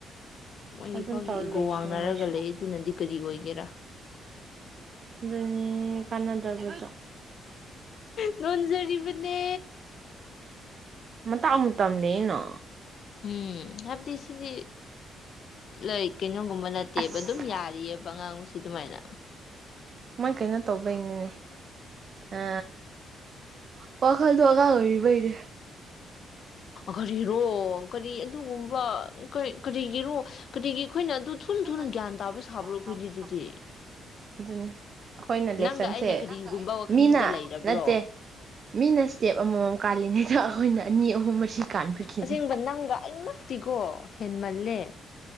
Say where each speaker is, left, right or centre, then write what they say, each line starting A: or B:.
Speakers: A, on the left; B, on the right.
A: ꯃꯣꯏꯒꯤ
B: ꯑꯗꯨꯝ
A: ꯐꯥꯎꯁꯨ
B: ꯇꯧꯔ
A: ꯏꯒꯣ
B: ꯂꯩꯁꯨ
A: ꯋꯥꯡꯅꯔꯒ
B: ꯃꯩ
A: ꯂꯩ ꯑꯗꯨꯅꯗꯤ ꯀꯔꯤ ꯑꯣꯏꯒꯦꯔꯥ
B: ꯑꯗꯨ ꯀꯅꯗꯕ
A: ꯉꯣꯟꯖꯔꯤꯕꯅꯦ
B: ꯃꯇ ꯑꯃꯨ ꯃꯇꯝꯗꯩꯅꯣ
A: ꯎꯝ ꯍꯥꯏꯕꯗꯤ ꯁꯤꯗꯤ ꯂꯩ ꯀꯩꯅꯣꯒꯨꯝꯕ ꯅꯠꯇꯦꯕ
B: ꯑꯁ
A: ꯑꯗꯨꯝ ꯌꯥꯔꯤꯑꯕ ꯑꯉꯥꯡꯕꯁꯤ ꯑꯗꯨꯃꯥꯏꯅ
B: ꯃꯥ ꯀꯩꯅꯣ ꯇꯧꯕꯩꯅꯤꯅꯦ ꯑ ꯋꯥꯈꯜ ꯊ ꯑ ꯀꯥ ꯑꯣꯏꯔꯤꯕꯩꯔꯦ
A: ꯀꯔꯤꯔꯣ ꯀꯔꯤ ꯑꯗꯨꯒꯨꯝꯕ ꯀꯔꯤ ꯀꯔꯤꯒꯤꯔꯣ ꯀꯔꯤꯒꯤ ꯑꯩꯈꯣꯏꯅ ꯑꯗꯨ ꯊꯨꯅ ꯊꯨꯅ
B: ꯑꯗꯨꯅꯤ
A: ꯒ꯭ꯌꯥꯟ ꯇꯥꯕ ꯁꯥꯕ꯭ꯔꯣ ꯑꯩꯈꯣꯏꯅꯤ ꯑꯗꯨꯗꯤ
B: ꯑꯩꯈꯣꯏꯅ
A: ꯅꯪꯒ
B: ꯂꯦꯁꯟꯁꯦ
A: ꯑꯩꯅ ꯀꯔꯤꯒꯨꯝꯕ ꯋꯥꯈꯜꯁꯤꯗ
B: ꯃꯤꯅ
A: ꯂꯩꯔꯕ꯭ꯔꯣ
B: ꯅꯠꯇꯦ ꯃꯤꯅ ꯏꯁꯇꯦꯞ ꯑꯃꯃꯝ ꯀꯥꯜꯂꯤꯉꯩꯗ ꯑꯩꯈꯣꯏꯅ ꯑꯅꯤ ꯑꯍꯨꯝ ꯃꯔꯤ ꯀꯥꯟꯕꯒꯤꯅꯦ
A: ꯑꯁꯦꯡꯕ ꯅꯪꯒ ꯑꯩꯃꯛꯇꯤꯀꯣ ꯍꯦꯃꯜꯂꯦ